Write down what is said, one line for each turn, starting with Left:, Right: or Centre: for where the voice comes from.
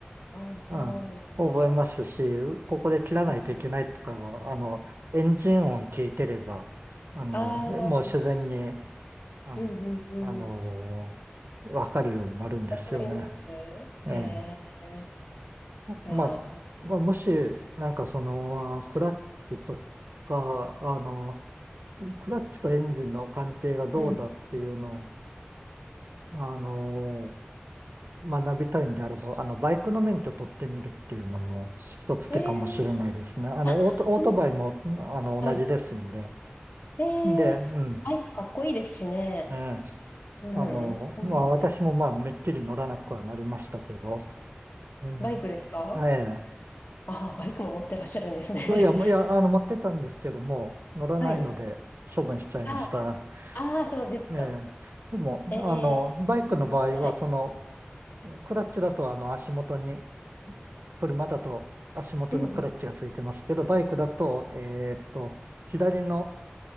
Left: ああ、そ
Right: うん、
Left: うなんだ。
Right: 覚えますし、ここで切らないといけないとかは、
Left: うんうん。
Right: あの、エンジン音聞いてれば、あの、
Left: あ
Right: もう自然に、
Left: あ、
Right: うん、
Left: うんうんうん。
Right: あの、わかるようになるんですよね。
Left: わかりますへえ。
Right: ええ。まあ、
Left: ああ、
Right: まあもし、なんかその、クラッチとか、あの、クラッチとエンジンの関係がどうだっていうのを、
Left: うん。
Right: あのー学びたいんであれば、あの、バイクの免許取ってみるっていうのも一つ手かもしれないですね。
Left: ええ
Right: あの、
Left: あ、
Right: オート、オートバイも、
Left: そう
Right: あの、
Left: はい。
Right: 同じですんで。
Left: ええバイクかっこいいですしね。
Right: で、うん。ええ、
Left: うん。
Right: あの、
Left: そんなので。
Right: まあ、私もまあ、めっきり乗らなくはなりましたけど、え
Left: バイクですか
Right: え、え
Left: ああ、バイクも持ってらっしゃるんですね。
Right: え、いや、いや、あの、持ってたんですけども、乗らないので処分しちゃいました。
Left: <laughs> はい。あああ、そうですか。
Right: ええ、でも、あの、
Left: ええ
Right: バイクの場合は、
Left: ー、やってない。
Right: その、クラッチだとあの足元に、車だと足元にクラッチがついてますけど、
Left: うんう
Right: バイクだと、えーっと、左の、